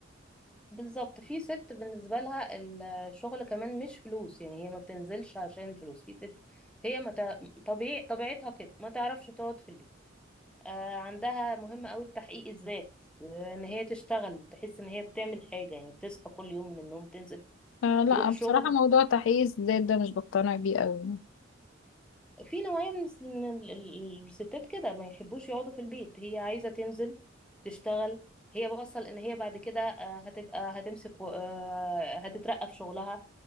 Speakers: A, in the centre; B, on the left.
A: بالظبط في ست بالنسبة لها الشغل كمان مش فلوس يعني هي ما بتنزلش عشان الفلوس في ست هي ما تع- طبيعي طبيعتها كده ما تعرفش تقعد في البيت آه عندها مهم قوي تحقيق الذات آه، ان هي تشتغل تحس ان هي بتعمل حاجة يعني بتصحى كل يوم من النوم تنزل
B: آه لا
A: تروح
B: بصراحة
A: شغل
B: موضوع تحقيق الذات ده مش بقتنع بيه قوي
A: في نوعية من الس- من ال- ال- الستات كده ما يحبوش يقعدوا في البيت هي عايزة تنزل تشتغل هي بوصل ان هي بعد كده آه، هتبقى هتمسك و- آه، هتترقى في شغلها